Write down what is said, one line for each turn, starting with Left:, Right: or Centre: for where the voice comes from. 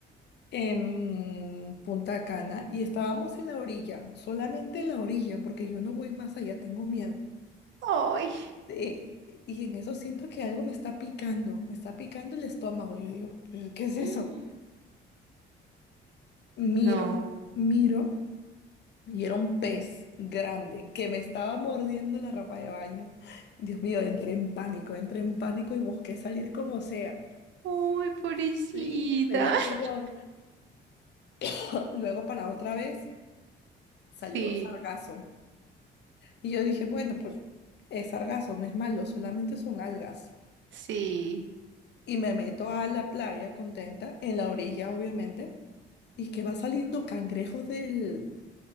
Left: en Punta Cana y estábamos en la orilla, solamente en la orilla, porque yo no voy más allá, tengo miedo.
Right: Ay.
Left: Eh, y en eso siento que algo me está picando, me está picando el estómago. Yo digo, "¿Pero ¿qué es eso?
Right: Mm.
Left: Miro,
Right: No.
Left: miro. Y era un pez grande que me estaba mordiendo la ropa de baño. Dios mío, entré en pánico, entré en pánico y busqué salir como sea.
Right: Ay, pobrecita.
Left: Sí, me dio terror.
Right: <laughs>
Left: <laughs> Luego para otra vez salió
Right: Sí,
Left: sargazo. Y yo dije, bueno, pues es sargazo, no es malo, solamente son algas.
Right: sí.
Left: Y me meto a la playa contenta, en la orilla obviamente, y que va saliendo cangrejos del,